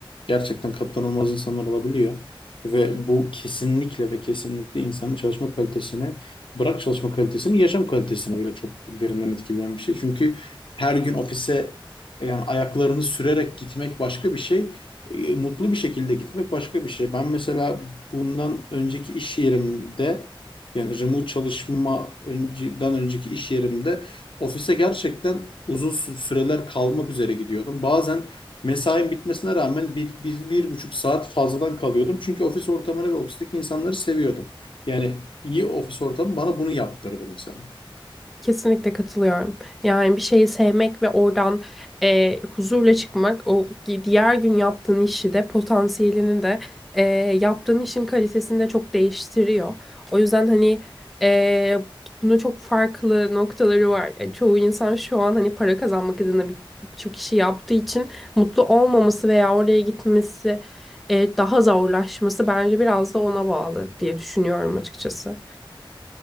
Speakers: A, on the left (about 65°); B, in the centre.
A: gerçekten katlanılmaz insanlar olabiliyor. Ve bu kesinlikle ve kesinlikle insanın çalışma kalitesini, bırak çalışma kalitesini, yaşam kalitesini bile çok derinden etkileyen bir şey. Çünkü her gün ofise yani ayaklarını sürerek gitmek başka bir şey e, mutlu bir şekilde gitmek başka bir şey. Ben mesela bundan önceki iş yerimde yani remote çalışma önceden önceki iş yerimde ofise gerçekten uzun sü- süreler kalmak üzere gidiyordum. Bazen mesain bitmesine rağmen bir, bir, bir buçuk saat fazladan kalıyordum. Çünkü ofis ortamını ve ofisteki insanları seviyordum. Yani iyi ofis ortamı bana bunu yaptırdı mesela.
B: Kesinlikle katılıyorum. Yani bir şeyi sevmek ve oradan e, huzurla çıkmak, o gi- diğer gün yaptığın işi de potansiyelini de e, yaptığın işin kalitesini de çok değiştiriyor. O yüzden hani e, bunun çok farklı noktaları var. Yani çoğu insan şu an hani para kazanmak adına bir- birçok işi yaptığı için mutlu olmaması veya oraya gitmesi e, daha zorlaşması bence biraz da ona bağlı diye düşünüyorum açıkçası.